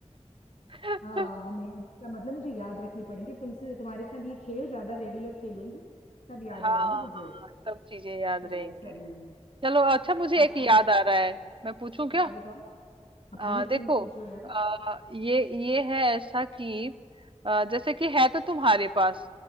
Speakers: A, on the right (about 45°); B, on the left (about 80°).
A: थे
B: हाँ नहीं
A: <laughs>
B: अब इसका मतलब मुझे याद रखनी पड़ेंगे तुमसे तुम्हारे साथ ये खेल ज्यादा रेगुलर खेलूंगी तब याद
A: हाँ
B: रहेंगी मुझे
A: हाँ सब चीजें याद
B: चलो
A: रहेंगी
B: सही है
A: चलो अच्छा मुझे
B: अच्छा
A: एक याद
B: आप
A: आ रहा है मैं पूछूं क्या
B: बताओ बताओ आप
A: आ,
B: प्लीज
A: देखो
B: प्लीज पूछो यार
A: आ, ये ये है ऐसा कि आ, जैसे कि है तो तुम्हारे पास